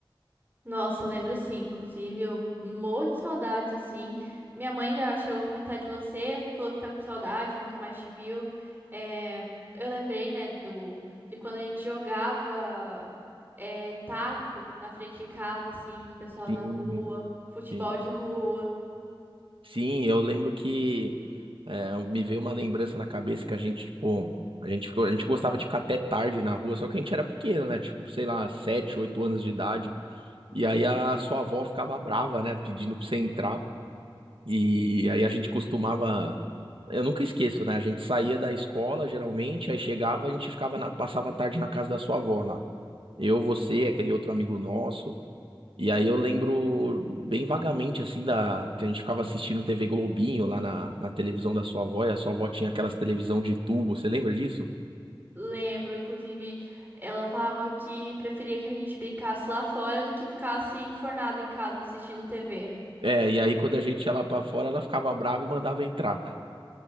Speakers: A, on the right; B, on the right.
A: Nossa, eu lembro sim. Inclusive, eu morro de saudades, assim. Minha mãe já chegou a comentar de você, falou que tá com saudade, nunca mais te viu. É, eu lembrei, né, do, de quando a gente jogava é, taco na frente de casa, assim, com o pessoal
B: Sim,
A: na rua, futebol
B: sim.
A: de rua.
B: Sim, eu lembro que É, me veio uma lembrança na cabeça que a gente, tipo, a gente ficou, a gente gostava de ficar até tarde na rua, só que a gente era pequeno, né? Tipo, sei lá, sete, oito anos de idade. E aí a sua avó ficava brava, né? Pedindo pra você entrar. E aí a gente costumava. Eu nunca esqueço, né? A gente saía da escola, geralmente, aí chegava, a gente ficava na- passava a tarde na casa da sua avó lá. Eu, você, aquele outro amigo nosso. E aí eu lembro bem vagamente, assim, da que a gente ficava assistindo TV Globinho lá na, na televisão da sua avó, e a sua avó tinha aquelas televisão de tubo, você lembra disso?
A: Lembro, inclusive, ela falava que preferia que a gente brincasse lá fora do que ficasse enfornado em casa assistindo TV.
B: É, e aí quando a gente ia lá pra fora, ela ficava brava e mandava entrar.